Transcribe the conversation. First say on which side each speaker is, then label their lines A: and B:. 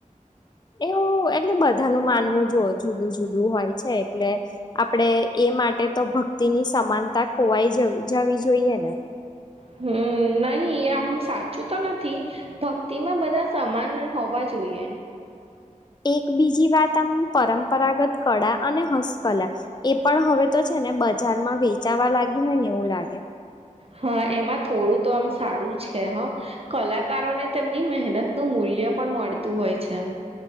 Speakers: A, on the left; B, on the right.
A: એવો એટલે, બધાનુ માનવુ, જો જુદું- જુદું હોય છે. એટલે આપડે એ માટે તો ભક્તિ ની સમાનતા, ખોવાઈ જવી જોઈએ ને
B: હમ, નહી, આમ સાચું તો નથી ભક્તિમાં બધા સમાન હોવા, જો. જો, એ
A: એક બીજી, વાત આમ પરંપરાગત કળા અને હસ્તકલા એ પણ હવે તો છે. ને બજારમા, વેચાવા લાગી હોય ને એવું લાગે.
B: હા, એમાં થોડું તો આમ સારું છે, હ કલાકારોને તેમની મહેનતનું મૂલ્ય મૂલ્ય પણ મળતું હોય છે, એમ